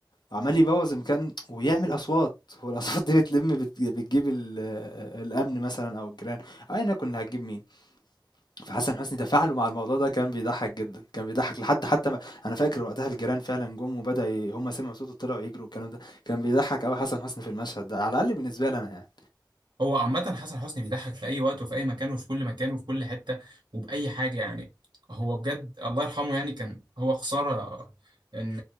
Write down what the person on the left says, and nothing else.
وعمال يبوظ المكان ويعمل اصوات والاصوات دي بتلم بت- بتجيب ال- الامن مثلا او الجيران او ايا يكن اللي هتجيب مين فحسن حسني تفاعله مع الموضوع ده كان بيضحّك جدًا، كان بيضحّك لحد حتى ما أنا فاكر وقتها الجيران فعلًا جُم وبدأوا ي هُم سمعوا صوته طلعوا يجروا والكلام ده، كان بيضحّك أوي حسن حسني في المشهد ده، على الأقل بالنسبة لي أنا يعني،